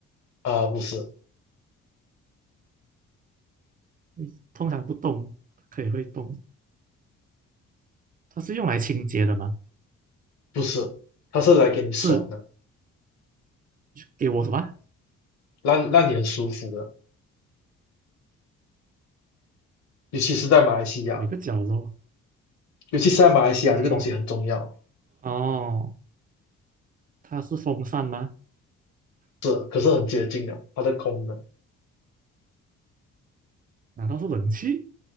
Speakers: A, on the left; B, on the right.
A: 啊，不是
B: 诶通常不动，可以会动。它是用来清洁的吗？
A: 不是，它是来给你爽的，
B: 是给我什么？
A: 让让你很舒服的，尤其是在马来西亚，
B: 每个角落？
A: 尤其是在马来西亚这个东西很重要，
B: 嗯，哦，它是风扇吗？
A: 是可是很接近的它的功能。
B: 难道是冷气？